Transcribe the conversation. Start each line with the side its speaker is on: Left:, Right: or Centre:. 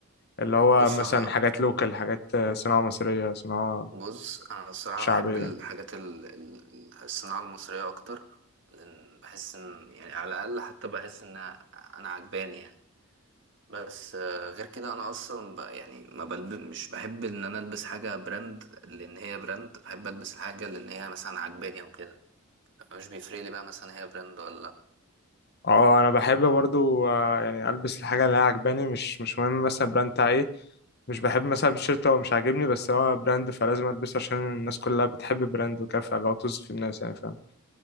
Left: اللي هو
Right: بص
Left: مثلا
Right: انا
Left: حاجات لوكال حاجات صناعة مصرية صناعة
Right: بص انا الصراحه
Left: شعبية
Right: بحب الحاجات ال... ال- ال- الصناعه المصريه اكتر لان بحس ان يعني على الاقل حتى بحس ان انا عجباني يعني بس آه، غير كده انا اصلا ب... يعني ما بلب... مش بحب ان انا البس حاجه براند لان هي براند بحب البس الحاجه لان هي مثلا عجباني او كده مش بيفرق لي بقى مثلا هي براند ولا لأ
Left: اه انا بحب برضو آه، يعني البس الحاجة اللي هي عجباني مش مش مهم مثلا البراند بتاع ايه مش بحب مثلا التيشيرت هو مش عاجبني بس هو براند فلازم البسه عشان الناس كلها بتحب البراند وكده فلو طز في الناس يعني فاهم